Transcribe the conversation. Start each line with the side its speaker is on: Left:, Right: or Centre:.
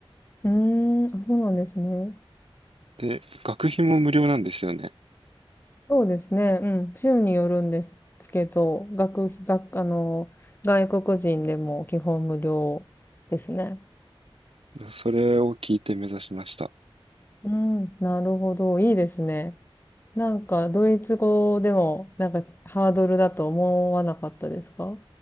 Left: ん。うーん、あ、そうなんですね。
Right: で、学費も無料なんですよね。
Left: そうですね。うん。州によるんですけど、学費、学、あの、外国人でも基本無料ですね。
Right: それを聞いて目指しました。
Left: うん。なるほど。いいですね。なんか、ドイツ語でも、なんか、ハードルだと思わなかったですか